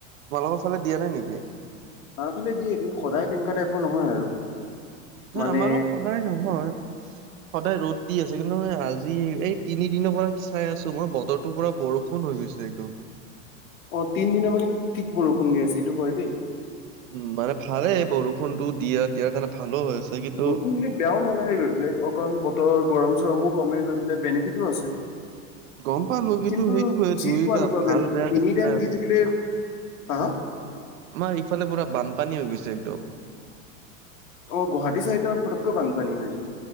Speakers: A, on the right; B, on the left.
A: তোমালোকৰ ফালে দিয়া নাই নেকি?
B: আমাৰ ফালে দিয়ে। কিন্তু সদায় তেনেকুৱা টাইপৰ নহয় আৰু।
A: ধৰা
B: মানে
A: আমাৰো সদায় নহয়।
B: <inaudible>
A: সদায় ৰ'দ দি আছে। কিন্তু এ আজি এই তিনিদিনৰ পৰা চাই আছো, মই বতৰটো পৰা বৰষু ন হৈ গৈছে একদম।
B: অ', তিনদিনৰ পৰা কিন্তু ঠিক বৰষুণ দি আছে এইটো হয় দেই।
A: উম। মানে ভালেই বৰষুণটো দিয়া দিয়াৰ কাৰণে ঠাণ্ডা হৈ আছে। কিন্তু
B: বৰষুণ দিলে বেয়াও নালাগে গৈ পেলায়। অকণ বতৰ গৰম চৰমো কমে গৈ পেলায়। বেনিফিটো আছে।
A: গম পালো
B: কিন্তু
A: সেইটোয়ে
B: যি
A: দুয়োটা
B: কোৱা নোকোৱা
A: ভাল
B: <unintelligible>
A: বেয়া দুয়োটা
B: এনিটাইম
A: আছে।
B: দি থাকিলে-হা হা?
A: আমাৰ এইফালে পুৰা বানপানী হৈ গৈছে একদম।
B: অ', গুৱাহাটী চাইডত ফটকে বানপানী হৈ যায়।